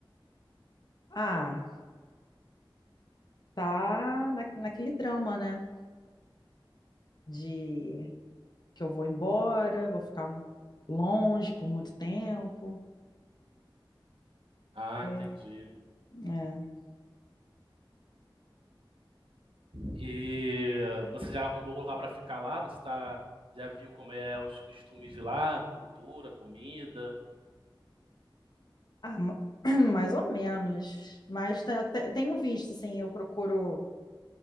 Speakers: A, on the left (about 55°); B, on the right (about 85°).
A: Ah, tá na, naquele drama, né? De que eu vou embora, vou ficar longe por muito tempo.
B: Ah,
A: É.
B: entendi.
A: É.
B: E você já arrumou lugar para ficar lá? Você tá, já viu como é os costumes de lá, cultura, comida?
A: Ah, ma- <clears throat> mais ou menos. Mas tá- te- tenho visto, assim, eu procuro